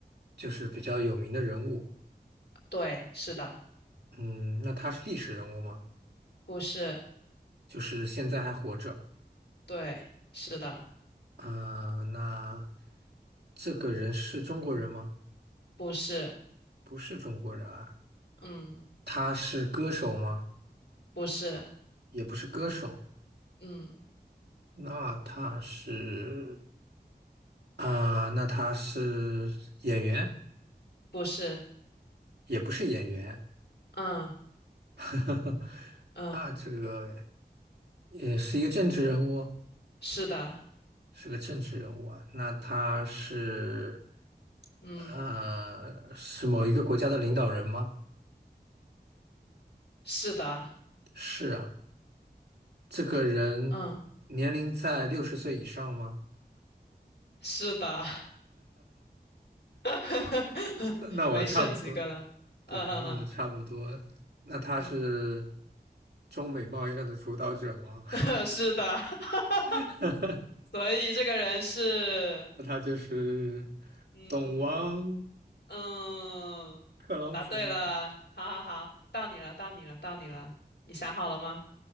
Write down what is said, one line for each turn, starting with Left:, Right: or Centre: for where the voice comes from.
Right: 就是比较有名的人物。
Left: 对，是的，
Right: 嗯，那他是历史人物吗？
Left: 不是，
Right: 就是现在还活着。
Left: 对，是的。
Right: 啊，那这个人是中国人吗？
Left: 不是，
Right: 不是中国人啊。
Left: 嗯，
Right: 他是歌手吗？
Left: 不是，
Right: 也不是歌手。
Left: 嗯，
Right: 那他是啊，那他是演员。
Left: 不是，
Right: 也不是演员，
Left: 嗯
Right: <laughs>
Left: 嗯，
Right: 那这个也是一个政治人物，
Left: 是的，
Right: 是个政治人物啊。那他是
Left: 嗯，
Right: 呃是某一个国家的领导人吗？
Left: 是的，
Right: 是啊，这个人年龄在六十岁以上吗？
Left: 嗯，是的，<laughs>
Right: 那那我差不多，
Left: 没剩几个了，嗯嗯
Right: 对，那我差不多。那他是
Left: 嗯
Right: 中美贸易战的主导者吗？
Left: 嗯，<laughs> 是的，<laughs>
Right: <laughs>
Left: 所以这个人是，
Right: 那他就是
Left: 嗯
Right: 董王
Left: 嗯，
Right: 特朗普。
Left: 答对了，好好好，到你了，到你了，到你了，你想好了吗？